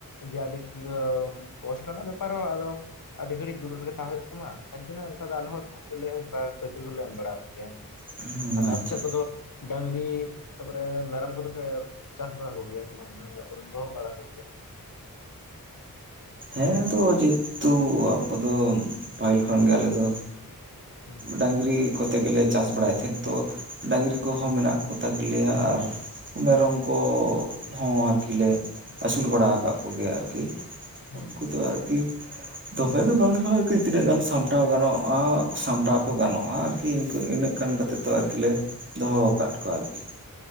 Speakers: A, on the left (about 60°); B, on the right (about 30°).
A: ᱡᱮ ᱟᱰᱤ ᱯᱩᱨᱟᱹ ᱠᱚᱥᱴᱚ ᱨᱮᱱᱟᱜ ᱵᱮᱯᱟᱨ ᱦᱚᱸ ᱟᱨᱚ ᱟᱹᱰᱤ ᱜᱷᱟᱲᱤ ᱫᱩᱲᱩᱵ ᱨᱮ ᱛᱟᱦᱮᱸ ᱦᱩᱭᱩᱜ ᱛᱟᱢᱟ᱾ ᱛᱟᱭ ᱛᱤᱱᱟᱜ ᱚᱱᱠᱟ ᱫᱚ ᱟᱞᱮ ᱦᱚᱸ ᱠᱟᱹᱨᱟᱹᱭ ᱦᱩᱸ ᱚᱱᱠᱟ ᱯᱟᱹᱭᱠᱟᱹᱨ ᱠᱚᱞᱮ ᱮᱢ ᱵᱟᱲᱟ ᱣᱟᱠᱚ ᱜᱮᱭᱟ᱾
B: ᱦᱩᱸ
A: ᱛᱟᱦᱚᱞᱮ
B: ᱟᱪᱪᱷᱟ
A: ᱟᱯᱮ ᱥᱮᱫ ᱠᱚᱫᱚ ᱰᱟᱝᱨᱤ, ᱛᱟᱯᱚᱨᱮ ᱢᱮᱨᱚᱢ ᱠᱚᱫᱚ ᱯᱮ ᱪᱟᱥ ᱵᱟᱲᱟ ᱠᱚᱜᱮᱭᱟ ᱥᱮ ᱵᱟᱝ ᱛᱟᱯᱚᱨᱮ ᱫᱚᱦᱚᱸ ᱵᱟᱲᱟ ᱠᱚ
B: ᱦᱮᱸ ᱫᱚ ᱡᱮᱦᱮᱛᱩ ᱟᱵᱚ ᱫᱚ ᱯᱟᱹᱦᱤᱞ ᱠᱷᱚᱱᱜᱮ ᱟᱞᱮ ᱫᱚ
A: ᱦᱩᱸ
B: ᱰᱟᱝᱨᱤ ᱠᱚᱛᱮ ᱜᱮᱞᱮ ᱪᱟᱥ ᱵᱟᱲᱟᱭ ᱛᱮᱦᱮᱸᱛ ᱛᱚ ᱰᱟᱝᱨᱤ ᱠᱚᱦᱚᱸ ᱢᱮᱱᱟᱜ ᱠᱚᱛᱟ ᱜᱮᱞᱮᱭᱟ᱾ ᱟᱨ ᱢᱮᱨᱚᱢ ᱠᱚᱦᱚᱸ ᱟᱨᱠᱤ ᱞᱮ ᱟᱹᱥᱩᱞ ᱵᱟᱲᱟ ᱟᱠᱟᱜ ᱠᱚᱜᱮᱭᱟ ᱟᱨᱠᱤ᱾
A: ᱦᱮᱸ᱾
B: ᱩᱱᱠᱩ ᱫᱚ ᱟᱨᱠᱤ ᱫᱚᱵᱮ ᱫᱚ ᱵᱟᱝ ᱨᱮᱦᱚᱸ ᱟᱨᱠᱤ ᱛᱤᱱᱟᱹᱜ ᱜᱟᱱ ᱥᱟᱢᱴᱟᱣ ᱜᱟᱱᱚᱜ-ᱟ ᱥᱟᱢᱴᱟᱣ ᱠᱚ ᱜᱟᱱᱚᱜ-ᱟ ᱟᱨᱠᱤ ᱛᱚ ᱤᱱᱟᱹᱜ ᱜᱟᱱ ᱠᱟᱛᱮᱜ ᱫᱚ ᱟᱨᱠᱤ ᱞᱮ ᱫᱚᱦᱚᱸ ᱟᱠᱟᱜ ᱠᱚᱣᱟ ᱟᱨᱠᱤ᱾